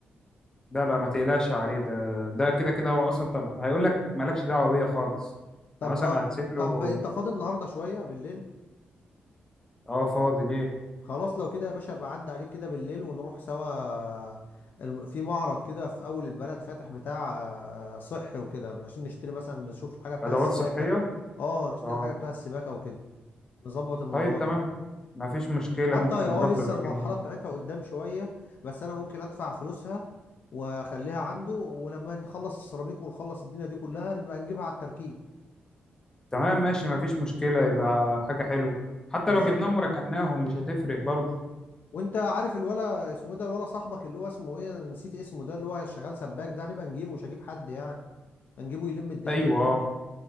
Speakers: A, on the left; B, on the left.
A: لا لا ما تقلقش عليه ده ده كده كده هو اصلا انت هيقول لك مالكش دعوه بيا خالص انت
B: طب
A: مثلا هتسيب له
B: طب انت فاضي النهارده شويه بالليل
A: اه فاضي ليه
B: خلاص لو كده يا باشا ابقى عدى عليك كده بالليل ونروح سوا الم- في معرض كده في اول البلد فاتح بتاع آه، آه، صحي وكده عشان نشتري مثلا نشوف الحاجه بتاع
A: ادوات
B: السباكه
A: صحيه
B: اه نشتري
A: اه
B: الحاجه بتاع السباكه وكده نظبط الموضوع
A: طيب تمام
B: ده
A: ما فيش مشكله
B: حتى
A: ممكن
B: هي اه
A: نروح
B: لسه
A: للراجل
B: المرحله
A: هناك
B: بتاعتها قدام شويه بس انا ممكن ادفع فلوسها واخليها عنده ولما نخلص السيراميك ونخلص الدنيا دي كلها نبقى نجيبها على التركيب
A: تمام ماشي ما فيش مشكله يبقى حاجه حلوه حتى
B: بالظبط
A: لو جبناهم
B: كده
A: وركناهم مش هتفرق برضه
B: وانت عارف الولا اسمه ايه ده الولا صاحبك اللي هو اسمه ايه انا نسيت اسمه ده اللي هو شغال سباك ده هنبقى نجيبه مش هجيب حد يعني هنجيبه يلم الدنيا
A: ايوه اه